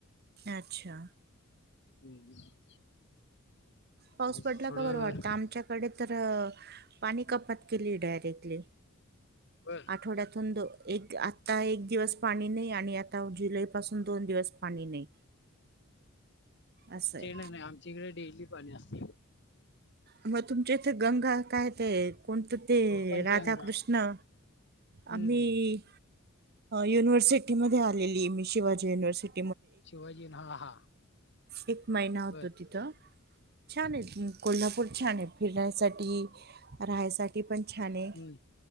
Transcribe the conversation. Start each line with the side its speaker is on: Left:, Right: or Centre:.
Right: अच्छा..
Left: हम्म.
Right: पाऊस
Left: आज
Right: पडला
Left: थोडं
Right: का बरं वाटतं आमच्याकडे- तर पाणी कपात केली डायरेक्टली.
Left: बर
Right: आठवड्यातून दोन- एक आत्ता एक दिवस पाणी नाही आणि आता जुलैपासून दोन दिवस पाणी नाही. असं
Left: आमच्याकडे
Right: आहे
Left: नाही, आमच्या इकडे डेली पाणी असतयं.
Right: मग तुमच्या इथे गंगा काय ते-अ कोणतं ते-अ
Left: पंचगंगा
Right: राधाकृष्ण-
Left: हम्म
Right: आम्ही युनिव्हर्सिटी मध्ये आलेली मी शिवाजी युनिव्हर्सिटी
Left: शिवाजीन हा हा
Right: एक महिना होतो
Left: बर
Right: तिथं छान आहे कोल्हापूर छान आहे फिरण्यासाठी राहायसाठी पण छान आहे
Left: हम्म